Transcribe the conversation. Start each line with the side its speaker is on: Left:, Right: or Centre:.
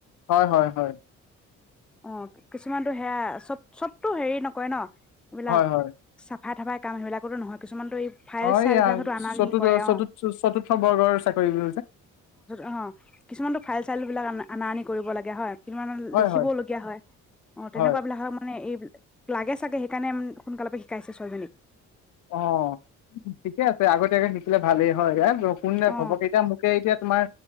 Left: হয় হয় হয়।
Centre: অ কিছুমানতো সেয়া চব চবতো হেৰি নকয় ন। এইবিলাক
Left: হয়, হয়।
Centre: চাকৰি? ভাত থাবাই কাম নহয় সেইবিলাক নহয়? কিছুমানতটো এই ফাইল
Left: অ', এইয়া
Centre: চাইল বিলাকতো অনা
Left: চতুৰ্থ
Centre: নিয়া ৰে
Left: চতুৰ্থ
Centre: অ। অ
Left: চতুৰ্থ বৰ্গৰ চাকৰি যে
Centre: আহ কিছুমানতো ফাইল চাইল বিলাক অনা আনি কৰিব লগা হয় কিছুমান
Left: হয়,
Centre: লিখিবওলগীয়া
Left: হয়,
Centre: হয় অ তেনেকুৱা
Left: হয়,
Centre: বিলাক মানে? এই লাগে চাগে সেইকাৰণে সোনকালৰ পৰা শিকাইছে ছোৱালীজনীক?
Left: অ ঠিকে আছে আগতীয়াকে শিকিলে ভালেই হয় হয়। শুনে খপককে
Centre: অ
Left: এতিয়া মোকে এতিয়া তোমাৰ?